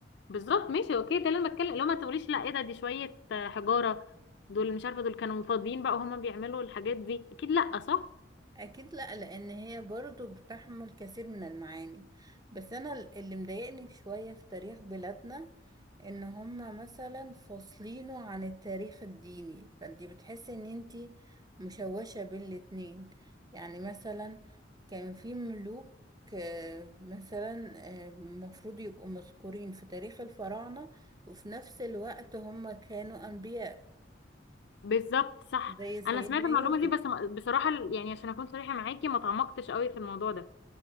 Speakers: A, on the left; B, on the right.
A: بالظبط ماشي اوكي ده اللي انا بتكلم لو ما تقوليش لا ايه ده دي شوية آه، حجارة دول مش عارفة دول كانوا فاضيين بقى وهما بيعملوا الحاجات دي اكيد لا صح
B: اكيد لا لان هي برضو بتحمل كثير من المعاني بس انا اللي مضايقني شوية في تاريخ بلادنا ان هما مثلا فاصلينه عن التاريخ الديني فانتي بتحسي ان انتي مشوشة بين الاتنين يعني مثلا كان في ملوك آه، مثلا آه، المفروض يبقوا مذكورين في تاريخ الفراعنة وفي نفس الوقت هما كانوا انبياء
A: بالظبط صح
B: زي سيدنا
A: انا سمعت المعلومة
B: يوسف
A: دي بس ما- بصراحة ال- يعني عشان اكون صريحة معاكي ما تعمقتش قوي في الموضوع ده